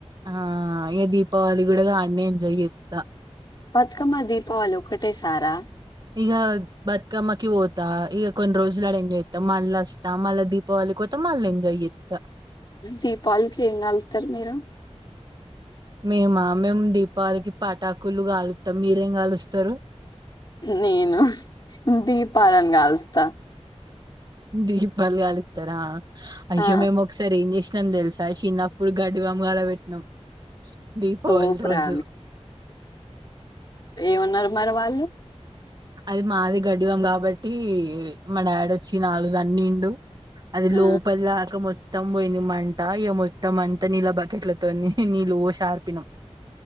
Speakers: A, on the right; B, on the left.
A: ఆ ఇంక దీపావళి కూడా గానే ఎంజాయ్ చేతా
B: బతుకమ్మ దీపావళి ఒకటే సారా
A: ఇగ బతుకమ్మకి పోతా ఇక కొన్ని రోజులు ఆడ ఎంజాయ్ చేత మళ్ళ వస్తా మళ్ళ దీపావళి వొయ్ త మల ఎంజాయ్ చేత
B: దీపావాళికి ఏం కాలుతర్ మీరు
A: మేమా మేము దీపావళికి పటాకులు గాలుస్తాం మీరేం కాలుస్తారు
B: నేను దీపాలను కాలుస్తా
A: దీపలు గాలుస్తారా అయ్యో
B: ఆ
A: మేము ఒకసారి ఏం చేస్ నం తెలుసా చిన్నప్పుడు గడ్ బామ్ గాల పెట్టినమ్ దీపావళి
B: తోపురా
A: రోజు
B: ఏమన్నరు మరి వాళ్ళు
A: అది మాది గడివం కాబట్టి మా డాడీ వచ్చి నాలుగు తన్నిండు అది
B: ఆ
A: లోపల్ దాక మొత్తం పోయింది మంటా ఇగ మొత్తం అంత నీలా బకెట్ల కొన్ని నీళ్లు ఒషీ ఆర్పినం